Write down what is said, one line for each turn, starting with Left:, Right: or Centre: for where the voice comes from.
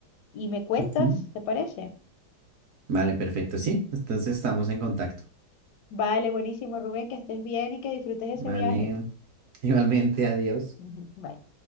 Left: y me cuentas,
Right: Ujú.
Left: ¿te parece?
Right: Vale, perfecto, sí, entonces estamos en contacto.
Left: Vale, buenísimo, Rubén, que estés bien y que disfrutes ese
Right: Vale,
Left: viaje.
Right: <laughs> igualmente, adiós.
Left: <laughs> Bye.